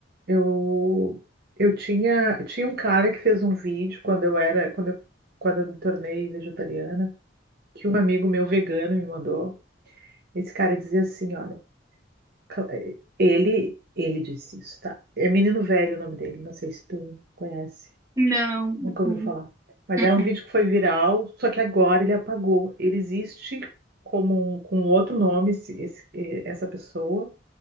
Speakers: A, on the right; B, on the right.
A: Eu, eu tinha, tinha um cara que fez um vídeo quando eu era, quando eu, quando eu me tornei vegetariana, que um amigo meu vegano me mandou. Esse cara dizia assim, olha, cl- ele, ele disse isso, tá? É Menino Velho o nome dele, não sei se tu conhece,
B: Não.
A: nunca ouviu
B: uh-uh,
A: falar. Mas
B: uh-uh,
A: era um vídeo que foi viral, só que agora ele apagou. Ele existe como um, com outro nome, esse, esse- essa pessoa.